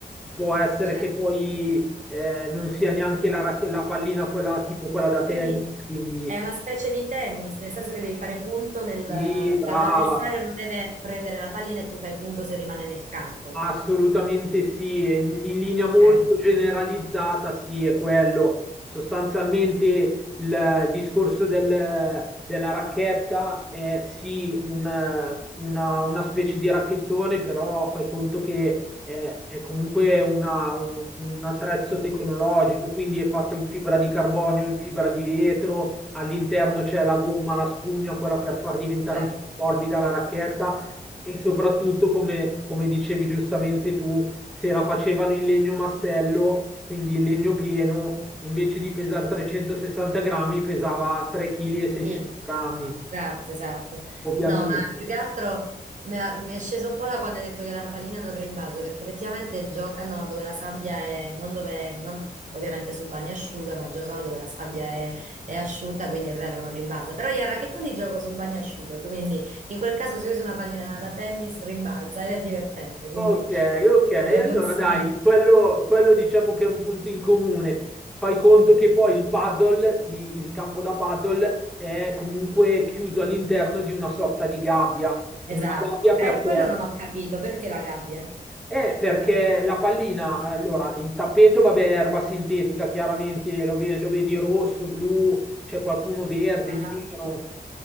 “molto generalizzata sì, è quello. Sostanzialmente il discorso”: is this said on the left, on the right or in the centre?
Centre